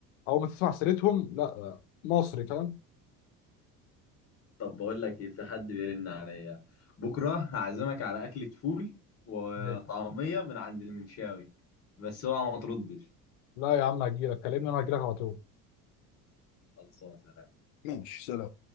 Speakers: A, on the left (about 65°); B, on the left (about 35°).
A: اول ما تسمع سيرتهم لا آه، مصري فاهم
B: طب بقول لك ايه في حد بيرن عليا بكرة هعزمك على أكلة فول وطعمية
A: ماشي
B: من عند المنشاوي بس اوعى ما تردش
A: لا يا عم هجيلك كلمني انا هجيلك على طول
B: خلصانة سلام
A: ماشي، سلام